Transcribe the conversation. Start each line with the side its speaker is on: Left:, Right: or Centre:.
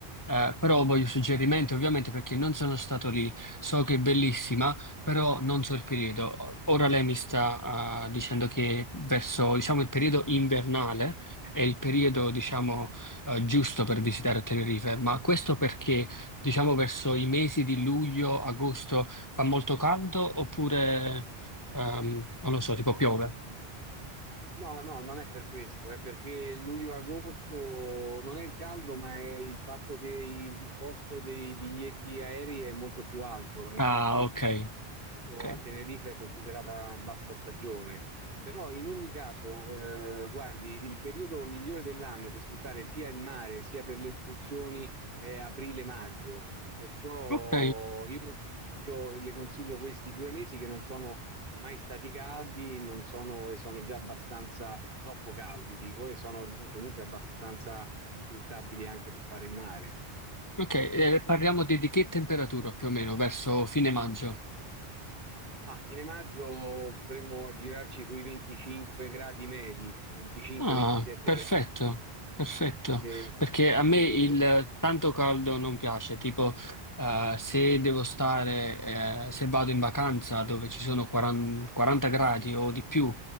Left: eh, però voglio suggerimenti ovviamente perché non sono stato lì. So che è bellissima, però non so il periodo. Ora lei mi sta eh, dicendo che verso, diciamo, il periodo invernale è il periodo, diciamo, eh, giusto per visitare Tenerife, ma questo perché, diciamo, verso i mesi di luglio, agosto fa molto caldo oppure... Ehm, non lo so, tipo piove.
Right: No, no, non è per questo, è perché luglio-agosto non è il caldo, ma è il fatto che i- il costo dei biglietti aerei è molto più alto. E
Left: Ah,
Right: Infatti,
Left: ok,
Right: questo
Left: ok,
Right: a Tenerife è considerata bassa stagione. Però in ogni caso, eh, guardi, il periodo migliore dell'anno per sfruttare sia il mare sia per le escursioni è aprile-maggio. Perciò
Left: ok,
Right: io le consiglio, le consiglio questi due mesi che non sono mai stati caldi, non sono, e sono già abbastanza, troppo caldi, dico, e sono eh, comunque abbastanza sfruttabili anche per fare il mare.
Left: ok. Eh, parliamo di, di che temperatura più o meno, verso fine maggio.
Right: Ma a fine maggio potremmo aggirarci sui 25 gradi medi, 25-27
Left: Ah, perfetto,
Right: gradi.
Left: perfetto,
Right: Eh,
Left: perché
Right: sì,
Left: a me
Right: sì,
Left: il tanto caldo non piace, tipo eh, se devo stare, eh, se vado in vacanza dove ci sono 40, 40 gradi o di più